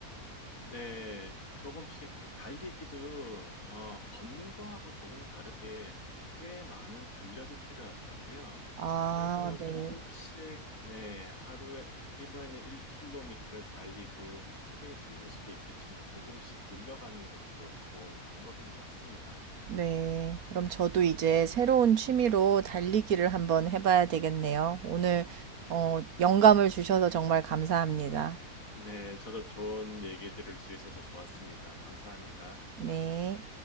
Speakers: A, on the left; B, on the right.
A: 네, 조금씩 달리기도, 어, 걷는 거하고 조금 다르게 꽤 많은 근력이 필요하더라고요.
B: 아,
A: 그래서
B: 네.
A: 조금씩, 네, 하루에, 이번에는 1km를 달리고, 그게 힘들 수도 있겠지만 조금씩 늘려가는 것도 좋은 방법인 것 같습니다.
B: 네, 그럼 저도 이제 새로운 취미로 달리기를 한번 해봐야 되겠네요. 오늘, 어, 영감을 주셔서 정말 감사합니다.
A: 네, 저도 좋은 얘기 들을 수 있어서 좋았습니다. 감사합니다.
B: 네.